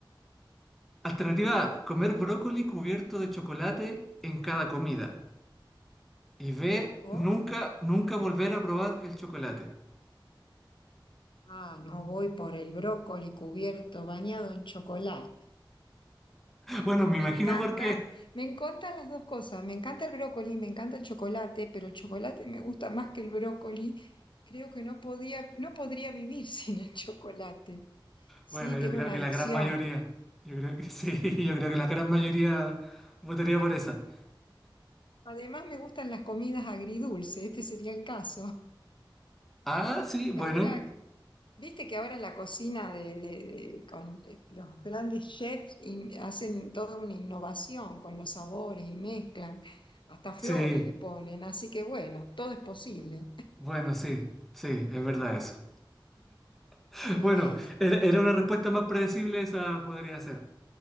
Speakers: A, in the centre; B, on the left.
A: Alternativa A, comer brócoli cubierto de chocolate en cada comida. Y B,
B: Sí, o-
A: nunca, nunca volver a probar el chocolate. <laughs>
B: ah, no voy por el brócoli cubierto, bañado en chocolate.
A: Bueno, me
B: Me
A: imagino
B: encanta,
A: por qué.
B: me encantan las dos cosas. Me encanta el brócoli, me encanta el chocolate, pero el chocolate me gusta más que el brócoli. Creo que no podía, no podría vivir <laughs> sin el chocolate. Sí,
A: Bueno,
B: tengo
A: yo creo
B: una
A: que
B: adicción.
A: la gran mayoría. Yo creo que <laughs> sí, yo creo que la gran mayoría votaría por esa.
B: Además, me gustan las comidas agridulces, este sería el caso.
A: Ah, sí,
B: Y
A: bueno.
B: ahora, viste que ahora en la cocina de, de- de- con de los grandes chefs in- hacen toda una innovación con los sabores y mezclan, hasta flores
A: Sí,
B: le ponen, así que bueno, todo es posible.
A: bueno, sí, sí, es verdad eso. <laughs>
B: Muy
A: Bueno,
B: bien.
A: era, era una respuesta más predecible, esa podría ser.